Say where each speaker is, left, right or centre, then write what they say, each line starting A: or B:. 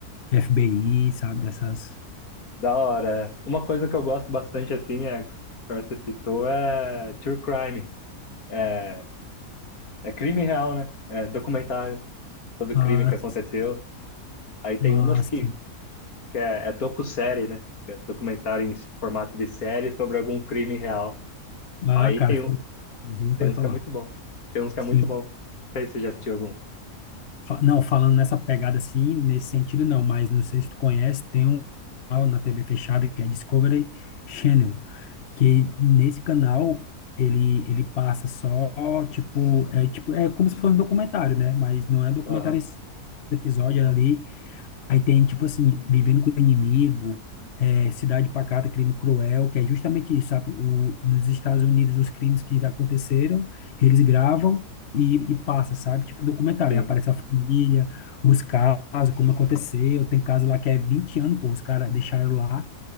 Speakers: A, on the left; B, on the left.
A: FBI, sabe? Dessas.
B: da hora. é. Uma coisa que eu gosto bastante, assim, é, que você citou, é true crime. É, é crime real, né? É documentário sobre
A: Mas,
B: crime que aconteceu. Aí tem
A: mas,
B: umas que, que é, é docu-série, né? Que é documentário em formato de série sobre algum crime real.
A: ah,
B: Aí
A: cara,
B: tem,
A: fico-
B: um-
A: Uhum, pode
B: tem uns
A: falar.
B: que é muito bom. Tem uns que
A: Sim.
B: é muito bom. Não sei se você já assistiu algum.
A: Fa- Não, falando nessa pegada assim, nesse sentido não, mas não sei se tu conhece, tem um canal na TV fechada que é Discovery Channel. que
B: Sim.
A: nesse canal ele ele passa só tipo é tipo é como se fosse um documentário, né? Mas não é documentário
B: Aham,
A: esse episódio é ali. Aí tem tipo assim, vivendo com o inimigo, é, Cidade Pacata, Crime Cruel, que é justamente isso, sabe? O, nos Estados Unidos os crimes que aconteceram, eles gravam E, e passa, sabe? Tipo documentário.
B: sim.
A: Aí aparece a família, os casos, como aconteceu. Tem caso lá que é 20 anos, pô, os caras deixaram lá